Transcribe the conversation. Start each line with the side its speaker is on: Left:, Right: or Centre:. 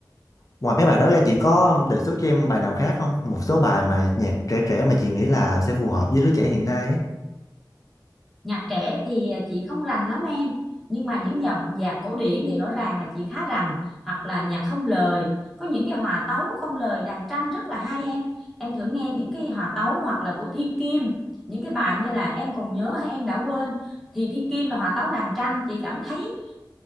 Left: ngoài mấy bài đó ra chị có đề xuất cho em bài nào khác không một số bài mà nhạc trẻ trẻ mà chị nghĩ là sẽ phù hợp với lứa trẻ hiện nay á
Centre: nhạc trẻ thì chị không rành lắm em nhưng mà những dòng nhạc cổ điển thì rõ ràng là chị khá rành hoặc là nhạc không lời có những cái hòa tấu không lời đàn tranh rất là hay em em thử nghe những cái hòa tấu hoặc là của Thiên Kim những cái bài như là em còn nhớ hay em đã quên thì Thiên Kim là hòa tấu đàn tranh chị cảm thấy